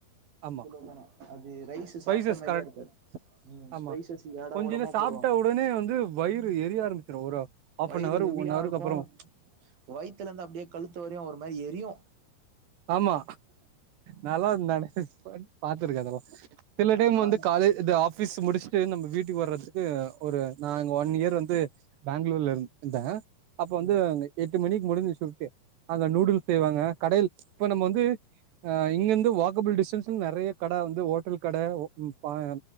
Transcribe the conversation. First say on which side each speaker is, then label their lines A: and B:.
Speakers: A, on the right; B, on the right.
A: ஆமா
B: சொல்லர்தானா அது ரைஸ்ஸு
A: ஸ்பைசஸ்
B: சாப்ட்ட மாரியே
A: கரெக்ட்
B: இருக்காது ம்
A: ஆமா
B: ஸ்பைசஸ் ஏடாகுடமா
A: கொஞ்ச நேர சாப்ட்ட
B: போடுவாங்க
A: உடனே வந்து வயிறு எரிய ஆரம்பிச்சிரு ஒரு ஆஃப்
B: வயிறு
A: அன் அவர்
B: ஹெவியாருக்கு
A: ஒன் அவருக்கு அப்புறோ
B: வயித்துல இருந்து அப்டியே கழுத்து வரையு ஒரு மாரி எரி யு
A: ஆமா நல்லா வந் தானே பாத்துருக்க அதல்லா சில
B: ஆ
A: டைம்
B: நானு
A: வந்து காலைய் இது ஆஃப் பீஸ் முடிச்சு ட்டு நம்ம வீட்டுக்கு வர்றதுக்கு ஒரு நா இங்க ஒன் இயர் வந்து பேங்களூர்ல இருந்த அப்போ வந்து
B: ம்
A: அங்க எட்டு மணிக்கு முடிஞ்சிடு சிப்ட்டு அங்க நூடுல்ஸ் செய்வாங்க கடையில் இப்போ நம்ம வந்து அ இங்கிருந்து வாக்கபிள் டிஸ்டன்ஸ்ல நெறைய கட வந்து ஹோட்டல் கட <inaudible>